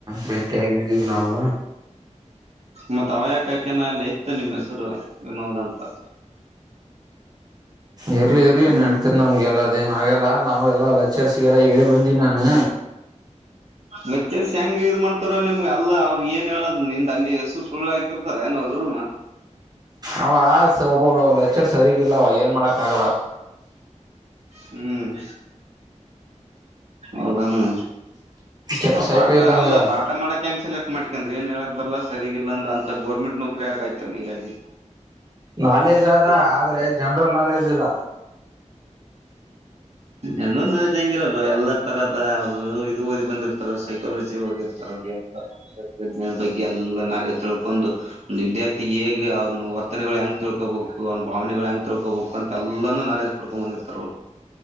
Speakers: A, on the right; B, on the right.
A: ಬೆಟಿ ಆಗಿದಿವಿ ನಾವು
B: ಮತ್ತತ್ ಅವಯಕ ಆಕನ ಅಲ್ಲಿ ಇತ್ತು ನಿಮ್ಮ್ ಹೆಸರು ವಿನೋದ್ ಅಂತ
A: ಇರ್ಲಿ ಇರ್ಲಿ
B: ಹ್ಮ್
A: ನೆಡಿತದೆ ನಮ್ಗೆಲ್ಲ ಅದೇನ ಆಲ್ಲ ನಾವ್ಗೆಲ್ಲಾ ಲಚರ್ಸಿಗೆಲ್ಲ ಹೇಳಿ ಬಂದೀನಿ ನಾನು
B: ಲೆಚ್ಚರ್ಸ್ ಯಾಕ್ ಗ ಇದ ಮಾಡ್ತಾರ ನಿಮ್ಗೆ ಅಲ್ಲ ಅವ್ರಗ್ ಏನ್ ಹೇಳ ನಿಂದ್ ಅಲ್ಲಿ ಹೆಸರು ಸುಳ್ಳು ಹಾಕಿರ್ತಾರ ಏನಾರಾ
A: ಅವ ಆ ಒಬ್ಬೊಮ್ಮೆ ಲೆಚರ್ ಸರಿಗಿಲ್ಲವ ಏನ್ ಮಾಡಕ್ ಆಗಲ್ಲ
B: ಹ್ಮ್ ಹೌದಾನು
A: ಕೆಟ್ಟ
B: ಹ
A: ಸೈಕೋ
B: ಪಾಠ
A: ಇದ್ದಂಗನು
B: ಅಲ್ಲ ಪಾಠ ಮಾಡಕ್ ಹೆಂಗ ಸೆಲೆಕ್ಟ್ ಮಾಡ ಯಾಕಂದ್ರೆ ಏನ್ ಹೇಳಾಕ್ ಬರ್ಲ್ಲ ಸರಿಗಿಲ್ಲ ಅಂದ್ರ ಅಂತ ಗೌರ್ಮೆಂಟ್ ನೌಕರಿ ಯಾಕಾಯಿತು ಅವನಿಗೆ ಅಲ್ಲಿ
A: ನಾಲೆಜ್ ಆದದ ಆದ್ರೆ ಜನರಲ್ ನಾಲೆಜ್ ಇಲ್ಲ
B: ಎಲ್ಲ ಜನರಲ್ ನಾಲೆಡ್ಜ್ ಎಲ್ಲ ತರದ ಅವ್ರು ಇದು ಓದ್ ಬಂದಿರ್ತಾರ ಸೈಕಾಲಜಿ ಓದಿರ್ತಾರ ಎಲ್ಲ ಮನಯತ್ರಜ್ಞಾನ ಬಗ್ಗೆ ಎಲ್ಲ ನಾಲೆಜ್ ತಿಳ್ಕೊಂಡು ಒಂದು ವಿದ್ಯಾರ್ಥಿ ಹೇಗೆ ಅವ್ರನ್ನು ವರ್ತ ಗಳು ಹೆಂಗ ತಿಳ್ಕೊಬೇಕು ಅವನ ಭಾವನೆಗಳು ಹೆಂಗ ತಿಳ್ಕೋಬೇಕು ಅಂತ ಎಲ್ಲಾನೂ ನಾರೇಜ್ ಪಡ್ಕೊಂಡ್ ಬಂದಿರ್ತಾರ ಅವ್ರು